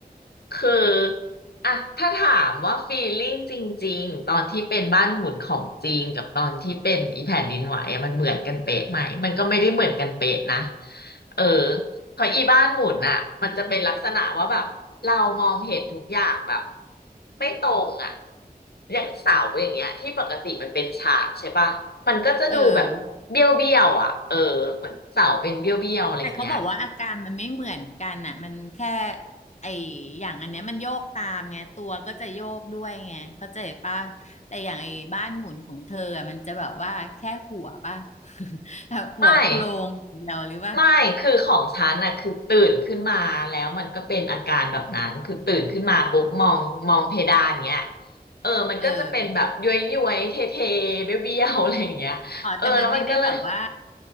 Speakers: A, on the left; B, on the left.
A: คืออ่ะ ถ้าถามว่าฟีลลิ่งจริงๆตอนที่เป็นบ้านหมุนของจริงกับตอนที่เป็นอีแผ่นดินไหวอะมันเหมือนกันเป๊ะไหมมันก็ไม่ได้เหมือนกันเป๊ะนะเออ ของอีบ้านหมุนอ่ะมันจะเป็นลักษณะว่าแบบเรามองเห็นทุกอย่างแบบไม่ตรงอ่ะอย่างเสาอย่างเงี้ยที่ปกติมันเป็นฉากใช่ปะมันก็จะดูแบบเบี้ยวเบี้ยวอ่ะเออเหมือนเสาเป็นเบี้ยวเบี้ยวอะไรอย่างเงี้ย
B: เออแต่เขาบอกว่าอาการมันไม่เหมือนกันอ่ะมันแค่ไออย่างอันเนี้ยมันโยกตามไงตัวก็จะโยกด้วยไงเข้าใจป่ะแต่อย่างไอ้บ้านหมุนของเธออะมันจะแบบว่าแค่หัวป่ะ <laughs> แบบ <laughs> หัวโครงอย่างเดียวหรือป่ะ
A: ไม่ไม่คือของฉันน่ะคือตื่นขึ้นมาแล้วมันก็เป็นอาการแบบนั้นคือตื่นขึ้นมาปุ๊บมองมองเพดานเงี้ยเออมันก็จะเป็นแบบย้วยย้วยเทเท
B: เออ
A: เบี้ยวเบี้ยวๆอะไรอย่างเงี้ยเออแล้วมันก็เลย
B: อ๋อแต่มันไม่ได้แบบว่า